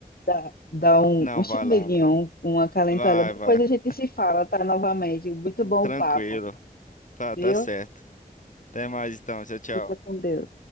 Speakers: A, on the left (about 85°); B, on the left (about 55°).
A: dar, dar um,
B: Não,
A: um chameguinho,
B: vai lá, vai lá.
A: um acalentar
B: Vai,
A: ela. Depois
B: vai.
A: a gente se fala, tá? Novamente. Muito bom
B: Tranquilo.
A: o papo,
B: Tá,
A: viu?
B: tá certo. Até mais então. Tchau, tchau.
A: Fica com Deus.